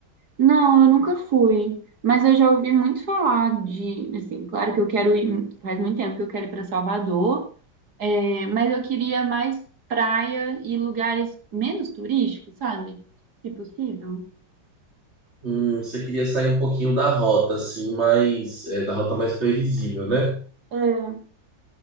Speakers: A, on the right; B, on the right.
A: Não, eu nunca fui. Mas eu já ouvi muito falar de, assim, claro que eu quero ir, faz muito tempo que eu quero ir para Salvador, é, mas eu queria mais praia e lugares menos turísticos, sabe? Se possível.
B: Hum, você queria sair um pouquinho da rota, assim, mais, é, da rota mais previsível, né?
A: É,